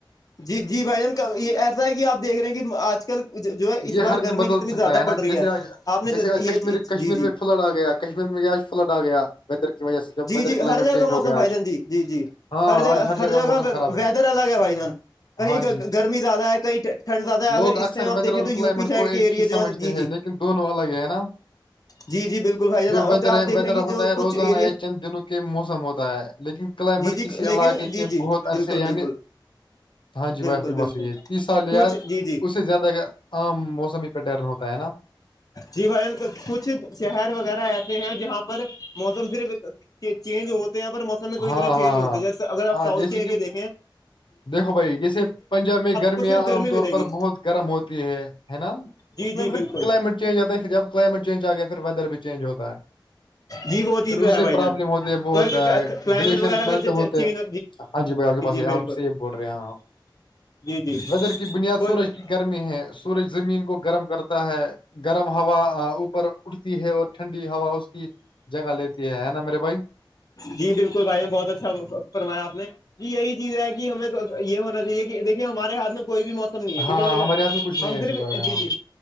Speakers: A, on the left; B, on the left.
A: جی جی بھائی جان یہ ایسا ہے کہ آپ دیکھ رہے ہیں کہ آج کل کل جو ہے
B: یہ
A: اس بار
B: ہر
A: گرمی
B: دن بدل
A: کتنی
B: سکتا
A: زیادہ
B: نا
A: پڑ رہی
B: جیسے
A: ہے
B: آج
A: آپ نے
B: جیسے آج
A: یہ
B: کشمیر کشمیر
A: جی جی
B: میں فلڈ آ گیا کشمیر میں ج آج فلڈ آ گیا ویدر کی وجہ سے جب
A: جی
B: ویدر
A: جی
B: کلائمیٹ
A: ہر جگہ
B: چینج
A: کا موسم
B: ہو گیا
A: پائی
B: آج
A: ج ج جی جی
B: ہاں
A: ہر جگہ
B: آج
A: ہر جگہ
B: موسم خراب
A: ویدر
B: ہے
A: الگ ہے بھائین کہیں
B: ہاں جی
A: گرمی زیادہ ہے کہیں ٹنڈ زیادہ ہے اگر
B: لوگ اکثر
A: اس ٹائم آ
B: ویدر
A: دیکھیں
B: اور
A: تو یو
B: کلائمیٹ
A: پی سائڈ
B: کو ایک
A: کے ایریا
B: ہی سمجھتے
A: جو ہے جی جی
B: ہیں لیکن دونوں الگ ہے ہے نا
A: جی جی بالکل بھائی جان
B: جو
A: اب
B: ویدر
A: آپ
B: ہے
A: دیکھ
B: ویدر
A: رہے ہیں کہ
B: ہوتا
A: جو
B: ہے
A: کچھ
B: روزانہ
A: ایریا
B: یا چند دن کے موسم ہوتا ہے لیکن کلائمیٹ
A: جی جی
B: کسی علاقے
A: لیکن
B: کے
A: جی جی
B: بہت
A: بالکل
B: عرصے یعنی
A: بالکل
B: ہاں جی بھائی
A: بالکل
B: آپ کی
A: بالکل
B: بس یہ تی سا لیا
A: کچھ جی جی
B: اس سے زیادہ عام موسم سم پہ ڈر ہوتا ہے نا
A: جی بھائی جان کچھ شہر وغیرہ ایسے ہیں جہاں پر موسم صرف چینج ہوتے ہیں پر موسم میں کوئی
B: ہاں
A: طرح چینج
B: ہاں
A: نہیں
B: ہاں
A: ہوتا جیسے اگر آپ
B: ہاں
A: ساؤتھ
B: جیسے
A: کے ایریا
B: کہ
A: دیکیں
B: دیکھو بھائی جیسے پنجاب میں گرمیاں
A: کو صرف گرمی
B: عام
A: ملے
B: طور پر
A: گی
B: بہت گرم ہوتی ہے ہے نا
A: جی
B: اس
A: جی
B: میں
A: بالکل
B: پھر کلائمیٹ چینج آتا ہے پھر جب کلائمیٹ چینج آ گیا پھر ویدر بھی چینج ہوتا ہے
A: جی وہ چیز
B: پھر
A: تو
B: اس
A: ہے
B: سے
A: بھائی
B: پرابلم
A: جان
B: ہوتی
A: اگر
B: ہے وہ ہوتا ہے
A: کلائمیٹ
B: گلیشیئرز
A: وغیرہ اگر
B: میلٹ ہوتے
A: چینج
B: ہیں ہاں جی بھائی آپ کے پس
A: بالکل
B: آپ سی بول رہے ہیں ہ
A: جی جی
B: ویدر کی بنیاد
A: کوئی
B: سورج کی گر گ میں ہے سورج زمین کو گرم کرتا ہے گرم ہوا اوپر اٹھتی ہے اور ٹھنڈی ہوا اس کی جگہ لیتی ہے ہے نا میرے بھائی
A: جی بالکل بھائی نے بہت اچھا فرمایا آپ نے جی یہی چیز ہے ہمیں یہ ہونا چاہیے کہ دیکے ہمارے ہاتھ میں کوئی بھی موسم نہیں ہے
B: ہاں
A: ٹھیک ہے بھائی
B: ہاں، ہمارے ہاتھ میں کچھ نہیں
A: ہم
B: ہے
A: صرف
B: اس بارے میں ہاں
A: جی جی